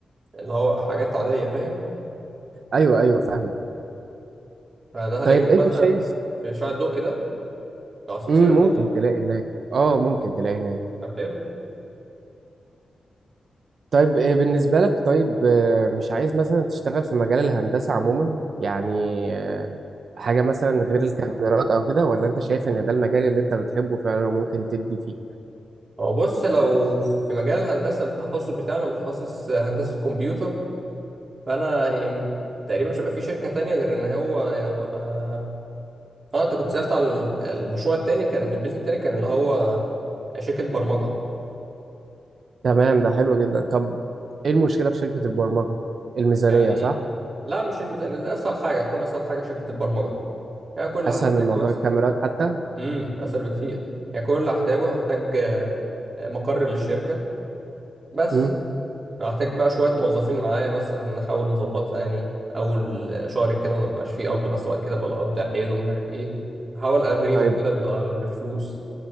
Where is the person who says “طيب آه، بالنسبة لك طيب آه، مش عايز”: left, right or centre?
Right